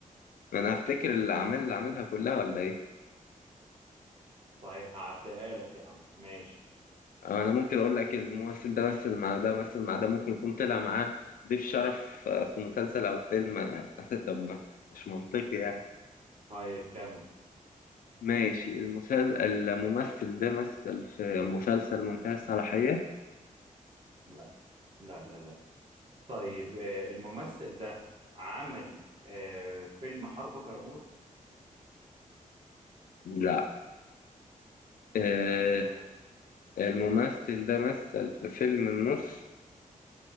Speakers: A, on the left; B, on the right.
A: ما أنا هفتكر الأعمال اللي عاملها كلها ولا إيه؟
B: طيب هعديها لك يا عم ماشي
A: أو أنا ممكن أقول لك الممثل ده مثل مع ده مثل مع ده ممكن يكون طلع معاه ضيف شرف آه، في مسلسل أو فيلم آه، <laughs> طب ما مش منطقي يعني
B: طيب كمل
A: ماشي المسل... الممثل ده مثل في مسلسل منتهى الصلاحية؟
B: لا لا لا لا طيب آه، الممثل ده عمل آه، فيلم حرب كرموز
A: لا آه
B: تمام
A: الممثل ده مثل في فيلم النص؟